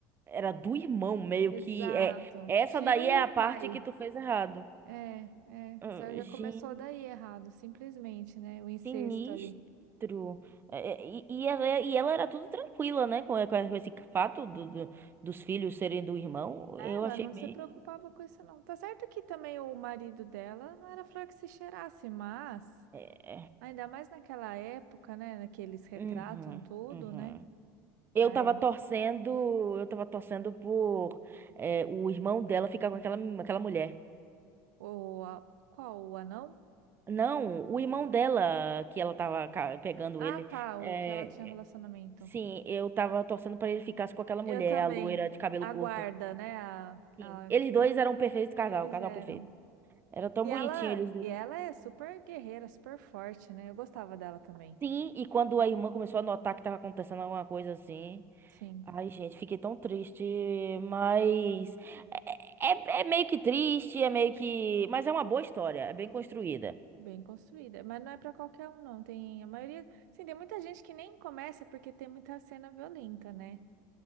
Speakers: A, on the right; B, on the right.
A: Era do irmão, meio
B: Exato.
A: que, é, essa
B: Tio
A: daí é
B: e
A: a parte
B: pai.
A: que tu fez errado.
B: É, é,
A: Ah,
B: já já
A: gente.
B: começou daí errado, simplesmente, né? O incesto
A: Sinistro.
B: ali.
A: É, é, E, e ela, é, e ela era tudo tranquila, né? Com, com esse fato do, do- dos filhos serem do irmão.
B: Ela
A: Eu achei
B: não
A: meio.
B: se preocupava com isso, não. Tá certo que também o marido dela não era flor que se cheirasse, mas
A: é.
B: ainda mais naquela época, né? Que eles retratam
A: Uhum,
B: tudo,
A: uhum.
B: né?
A: Eu
B: Ai,
A: tava torcendo, eu tava torcendo por é, o irmão dela ficar com aquela, aquela mulher.
B: o, a- qual? O anão?
A: Não, o irmão dela, que ela tava ca- pegando
B: Ah,
A: ele.
B: tá,
A: é,
B: o que ela tinha relacionamento.
A: sim, eu tava torcendo pra ele ficar com aquela
B: Eu
A: mulher,
B: também.
A: a loira de cabelo
B: A
A: curto.
B: guarda, né? A,
A: Sim,
B: a
A: eles
B: que
A: dois eram um perfeito casal,
B: eles
A: casal
B: eram.
A: perfeito. Era tão
B: E
A: bonitinho
B: ela,
A: eles dois.
B: e ela é super guerreira, super forte, né? Eu gostava dela também.
A: Sim, e quando a irmã começou a notar que tava acontecendo alguma coisa assim.
B: Sim.
A: Ai, gente, fiquei tão triste, mas. É, é- é meio que triste, é meio que. Mas é uma boa história, é bem construída.
B: Bem construída, mas não é pra qualquer um, não. Tem a maioria, sim, tem muita gente que nem começa porque tem muita cena violenta, né?